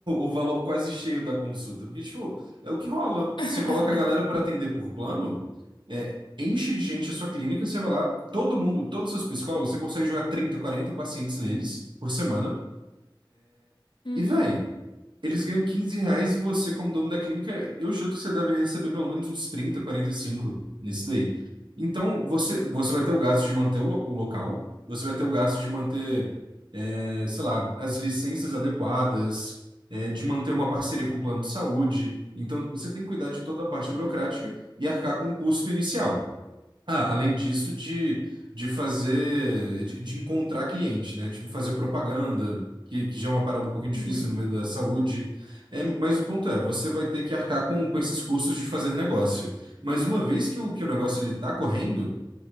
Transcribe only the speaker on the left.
<laughs>
uhum,
uhum.